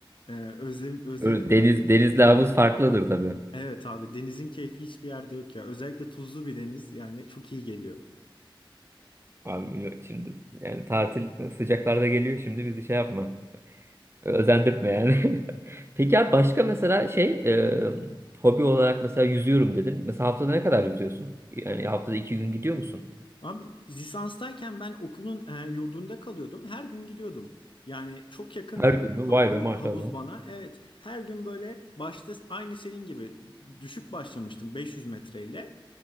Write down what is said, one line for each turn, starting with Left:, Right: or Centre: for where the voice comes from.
Left: Ee, özle- özledim
Right: Öyle Deniz,
Left: ya denizde
Right: denizle
Left: yüzmeyi.
Right: havuz farklıdır tabii.
Left: Evet abi denizin keyfi hiçbir yerde yok ya. Özellikle tuzlu bir deniz yani çok iyi geliyor.
Right: Abi yok şimdi yani tatil sıcaklarda geliyor şimdi bizi şey yapma. Özendirtme yani. <laughs> Peki abi başka mesela şey e, hobi olarak mesela yüzüyorum dedin. Mesela haftada ne kadar yüzüyorsun? Yani haftada iki gün gidiyor musun?
Left: Abi lisanstayken ben okulun e, yurdunda kalıyordum. Her gün gidiyordum. Yani çok yakındı
Right: Her gün mü?
Left: ha-
Right: Vay
Left: hav-
Right: be maşallah.
Left: havuz bana. Evet her gün böyle başta aynı senin gibi düşük başlamıştım 500 metreyle.